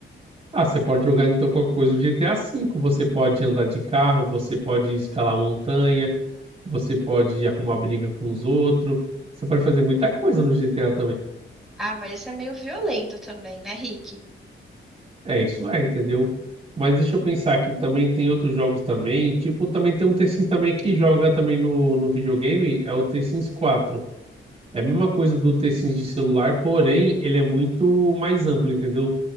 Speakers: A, on the right; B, in the centre.
A: Ah, você pode jogar então qualquer coisa do GTA V. Você pode andar de carro, você pode escalar montanha, você pode arrumar briga com os outros. Você pode fazer muita coisa no GTA
B: Ah, mas esse é meio violento também, né, Rick?
A: É, isso é, entendeu? Mas deixa eu pensar que também tem outros jogos também. Tipo, também tem um The Sims também que joga também no, no videogame, é o The Sims 4. É a mesma coisa do The Sims de celular, porém ele é muito mais amplo, entendeu?